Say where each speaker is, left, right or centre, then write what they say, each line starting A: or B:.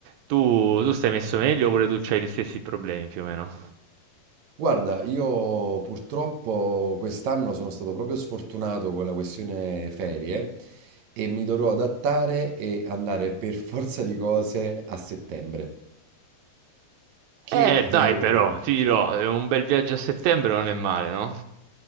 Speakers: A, on the right (about 80°); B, on the right (about 65°).
A: Tu, tu stai messo meglio oppure tu hai gli stessi problemi più o meno?
B: Guarda, io purtroppo quest'anno sono stato proprio sfortunato con la questione ferie e mi dovrò adattare e andare per forza di cose a settembre, che
A: Eh,
B: eh,
A: dai, però, ti dirò, eh, un bel viaggio a settembre non è male, no?